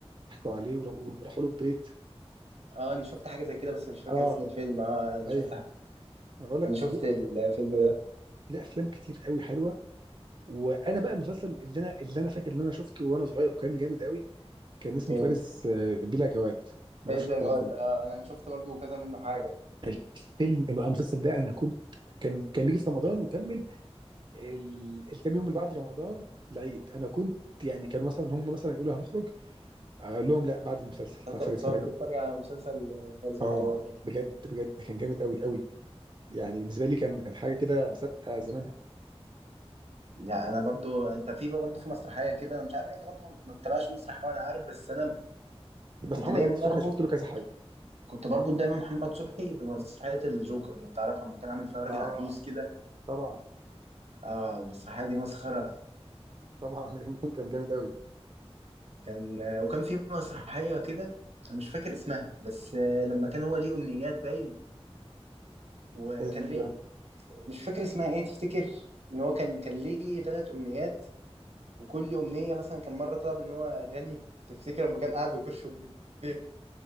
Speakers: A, on the right; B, on the right.
A: ضحكوا عليه ور- وراحوا له البيت
B: اه انا شفت حاجه زي كده بس مش فاكر
A: اه
B: اسم الفيلم اه انا
A: ايوه
B: شفت حاجه
A: انا بقول لك
B: انا شفت
A: ليه
B: الفيلم ده
A: ليه افلام كتير قوي حلوه وانا بقى المسلسل اللي انا اللي انا فاكر ان انا شفته وانا صغير وكان جامد قوي كان اسمه
B: يعني
A: فارس آه، بلا جواد ما
B: فارس
A: اعرفش
B: بلا
A: انت تعرفه
B: جواد
A: ده
B: اه انا أنا شفت برضه كذا منه حاجه
A: الفيلم المسلسل ده انا كنت كان كان بيجي في رمضان وكمل ال- الكام يوم اللي بعد رمضان في العيد انا كنت يعني كانوا مثلا هم مثلا يقولوا هنخرج اقول لهم لا بعد المسلسل بتاع
B: تقعد
A: فارس
B: تقعد
A: بلا جواد
B: تتفرج على مسلسل فارس بلا
A: اه
B: جواد ده
A: بجد بجد كان جامد قوي قوي يعني بالنسبه لي كان كان حاجه كده سابقه زمانها
B: لا انا برضو انت في برضو في مسرحيه كده انا مش عارف انت برضو ما بتتابعش مسرح قوي انا عارف بس انا
A: بس
B: كنت
A: محمد
B: دايما
A: صبحي
B: اربط
A: شفت له كذا حاجه
B: كنت بربط دايما محمد صبحي بمسرحيه الجوكر لو تعرف لما كان عامل فيها راجل
A: اه
B: عجوز كده
A: طبعا
B: اه المسرحيه دي مسخره
A: طبعا <laughs> كان كان جامد
B: كان وكان في مسرحية كده أنا مش فاكر اسمها بس آه، لما كان هو ليه أمنيات باين وكان
A: قوي
B: ليه مش فاكر اسمها إيه تفتكر إن هو كان كان ليه تلات أمنيات وكل أمنية مثلا كان مرة طلب إن هو غني تفتكر لما كان قاعد وكرشه كبير